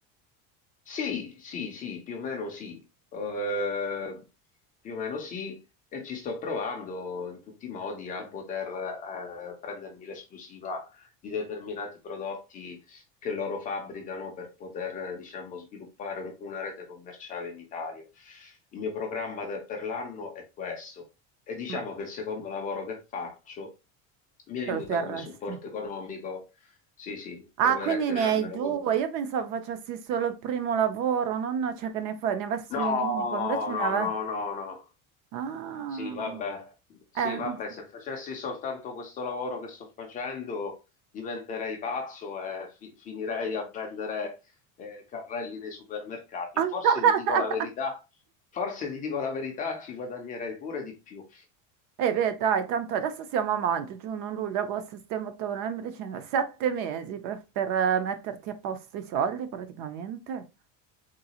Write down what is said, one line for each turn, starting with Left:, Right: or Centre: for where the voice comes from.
Left: Sì, sì, sì, più o meno sì, Eh, più o meno sì, e ci sto provando in tutti i modi a poter eh, prendermi l'esclusiva di determinati prodotti che loro fabbricano per poter, eh, diciamo, sviluppare un- una rete commerciale in Italia. Il mio programma de- per l'anno è questo e diciamo
Right: Ma
Left: che il secondo lavoro che faccio mi aiuta
Right: te lo terresti?
Left: come supporto economico, sì, sì, proverò
Right: Ah, quindi
Left: a tenermelo
Right: ne hai due.
Left: comunque.
Right: Io pensavo facessi solo il primo lavoro, non cioè che ne, fa- ne avessi
Left: No,
Right: un unico, invece
Left: no,
Right: ne avevo...
Left: no, no, no.
Right: Ah,
Left: Sì, vabbè. Sì,
Right: eh,
Left: vabbè,
Right: no.
Left: se facessi soltanto questo lavoro che sto facendo, diventerei pazzo e fi- finirei a vendere eh, carrelli nei supermercati.
Right: <laughs>
Left: Forse ti dico la verità, forse ti dico la verità, ci guadagnerei pure di più.
Right: E beh, dai, tanto adesso siamo a maggio, giugno, luglio, agosto, settembre, ottobre, novembre, dicembre, sette mesi per, per, eh, metterti a posto i soldi praticamente.